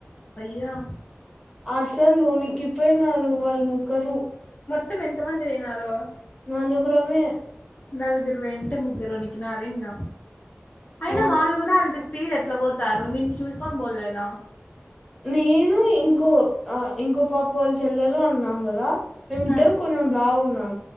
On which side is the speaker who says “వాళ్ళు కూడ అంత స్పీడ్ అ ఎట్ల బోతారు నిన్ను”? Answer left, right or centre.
Left